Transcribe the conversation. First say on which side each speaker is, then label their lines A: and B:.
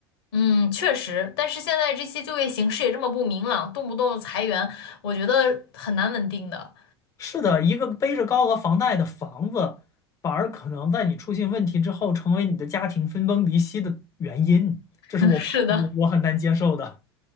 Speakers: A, on the left; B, on the left.
A: 嗯，确实，但是现在这些就业形势也这么不明朗，动不动裁员，我觉得很难稳定的。
B: 是的，一个背着高额房贷的房子，反而可能在你出现问题之后，成为你的家庭分崩离析的原因。
A: <laughs>
B: 这是我我我很难接受的。
A: 嗯，是的。